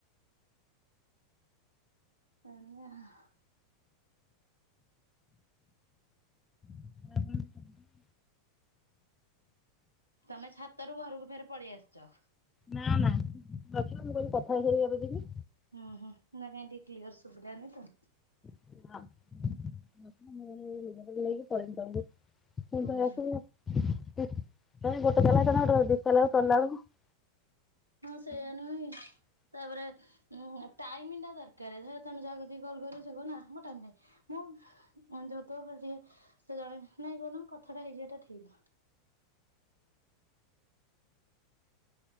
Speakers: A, on the right (about 90°); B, on the left (about 15°).
A: <unintelligible>
B: <inaudible>
A: ତମେ ଛାତରୁୁ ଘରକୁ ଫେର ପଳେଇ ଆସିଛ।
B: ନା ନା ରଖିଲ ମୁଁ କହିଲି କଥା ହେଇସାରି ଯବ ଯିବି।
A: ହୁଁ ହୁଁ ନା କାଇଁ ଟିକେ କ୍ଲିୟର ଶୁଭିଲା ନାଇଁ ତ।
B: <unintelligible> ଗୋଟେ ତାଲା କି ଦି
A: ହୁଁ
B: ତାଲାଚ଼ଢ଼ିଲା ବେଳକୁ ମୁଣ୍ଡ ଖରାପ।
A: ହଁ ସେଇଆ
B: <unintelligible>
A: ନୁହେଁ କି ତାପରେ ଉଁ ଟାଇମ ଟା ଦରକାର ତୁମେ ଯାହା ପାଖକୁ କଲ କରିବ ସେ କହିବ ମୋ ପାଖରେ ଟାଇମ ନାଇଁ। ଯେହେତୁଏ ସେ ଜଣେ ନାଇଁ କହୁହନ କଥାଟା ହେଇଯିବାଟା ଠିକ।